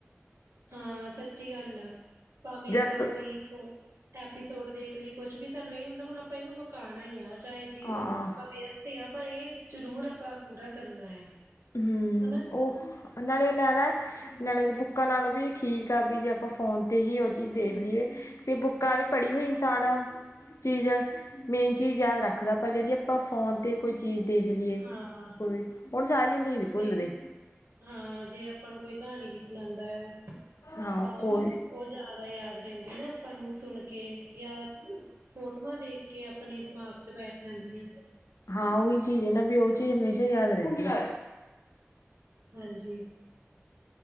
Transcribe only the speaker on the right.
ਹਾਂ ਸੱਚੀ ਗੱਲ ਆ ਭਾਵੇਂ
ਆਪਾਂ ਕੋਈ ਓ ਐਪੀਸੋਡ ਦੇਖ ਲਈ ਏ, ਕੁੱਛ ਵੀ ਸਾਨੂੰ ਏਹ ਹੁੰਦਾ ਹੁਣ ਆਪਾਂ ਏਹਨੂੰ ਮਕਾਣਾ ਈ ਆ, ਚਾਹੇ ਬੀ
ਅ ਆਪਾਂ ਬੀ ਤੇ ਆਪਾਂ ਏਹ ਜ਼ਰੂਰ ਆਪਾਂ ਪੂਰਾ ਕਰਨਾ ਆ।
ਹਨਾ
ਹਾਂ
ਤੇ
ਹਾਂ ਜੇ ਆਪਾਂ ਨੂੰ ਕੋਈ ਕਹਾਣੀ ਵੀ ਸੁਣਾਂਦਾ ਆਯਾ ਆਪਾਂ
ਉਹ ਜਾਏਦਾ ਯਾਦ ਰੇਹੰਦੀ ਨਾ ਅਪਾਂ ਨੂੰ ਸੁਣ ਕੇ ਯਾਂ ਫੋਟੋਵਾਂ ਦੇਖ ਕੇ ਅਪਣੇ ਦਿਮਾਗ ਚ ਬੈਠ ਜਾਂਦੀਆਂ।
ਹਾਂਜੀ।